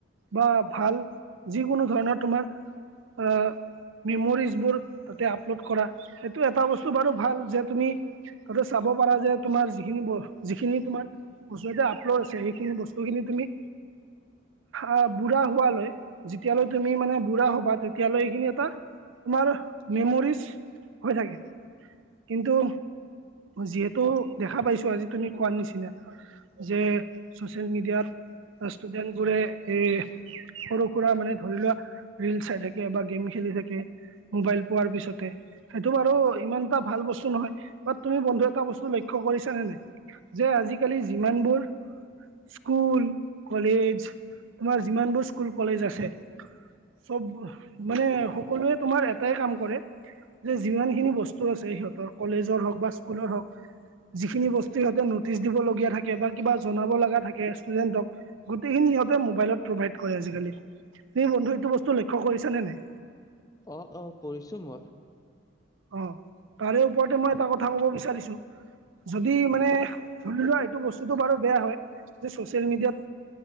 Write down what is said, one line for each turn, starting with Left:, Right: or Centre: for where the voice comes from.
Right: বা ভাল যিকোনো ধৰণৰ তোমাৰ আ মেমৰিজ বোৰ তাতে আপলড কৰা। সেইটো এটা বস্তু বাৰু ভাল যে তুমি অথ চাব পাৰা যে তোমাৰ যিখিনি ব, যিখিনি তোমাৰ বস্তুতে আপলড আছে সেইখিনি বস্তুখিনি তুমি অ', বুঢ়া হোৱালৈ যেতিয়ালৈ তুমি মানে বুঢ়া হবা তে তিয়ালৈ এইখিনি এটা তোমাৰ মেমৰিছ হৈ থাকে। কিন্তু যিহেতু দেখা পাইছো আজি তুমি কোৱাৰ নিচিনা যে চ'চিয়েল মিডিয়াত আ, ষ্টুডেন্ট বোৰে এই সৰু সুৰা মানে ধৰি লোৱা ৰিল চাই থাকে বা গেম খেলি থাকে। মোবাইল পোৱাৰ পিছতে সেইটো বাৰু ইমান এটা ভাল বস্তু নহয়। বাত তুমি বন্ধু এটা বস্তু লক্ষ কৰিছানে নাই যে আজিকালি যিমানবোৰ স্কুল কলেজ তোমাৰ যিমানবোৰ স্কুল কলেজ আছে। চব মানে সকলোৱে তোমাৰ এটাই কাম কৰে। যে যিমান খিনি বস্তু আছে সিহঁতৰ কলেজৰ হওক বা স্কুলৰ হওক। যিখিনি বস্তু সিহঁতে নটিচ দিব লগীয়া থাকে বা কিবা জনাব লাগা থাকে ষ্টুডেন্টক গোটেইখিন সিহঁতে মোবাইলত প্ৰভাইড কৰে আজিকালি। তুমি বন্ধু এইটো বস্তু লক্ষ্য কৰিছানে নাই?
Left: অ', অ', কৰিছো মই।
Right: অহ, তাৰে ওপৰতে মই এটা কথা ক'ব বিচাৰিছো। যদি মানে ধৰি লোৱা এইটো বস্তুতটো বাৰু বেয়া হয় যে চ'চিয়েল মিডিয়াত